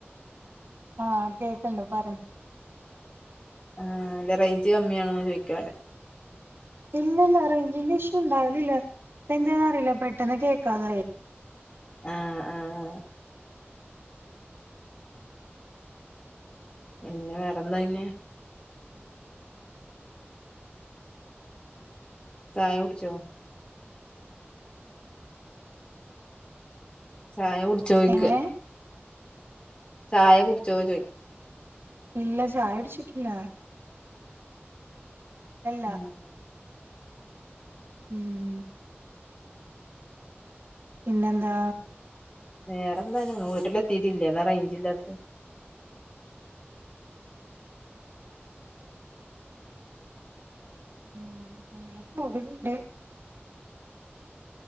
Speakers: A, on the right (about 65°); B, on the left (about 25°).
A: ആഹ് കേക്ക്ണ്ട് പറയ്
B: ആഹ് അന്റെ റേഞ്ച് കമ്മിയാണോന്ന് ചോദിക്കാല്ലെ
A: ഇല്ലല്ല റേഞ്ചിന്റെ ഇഷ്യൂ ഉണ്ടാരുന്നില്ല എന്താന്നെന്നറിയില്ല പെട്ടെന്ന് കേൾക്കാണ്ടായി
B: ആഹ് ആഹ് ആ പിന്നെ വേറെ എന്താ പിന്നെ ചായ കുടിച്ചോ ചായ കുടിച്ചോയ്ക്ക
A: എങ്ങനെ
B: ചായ കുടിച്ചോ ചോയ്ക
A: ഇല്ല ചായുടിച്ചിട്ടില്ല ഇല്ലാ
B: ആഹ്
A: ഉം പിന്നെന്താ
B: വേറെന്താണ് വീട്ടിലെത്തിട്ടില്ലാ അതാ റേഞ്ചില്ലാത്ത
A: ആഹ് അങ്ങനെ പോവ്ന്ന്ണ്ട്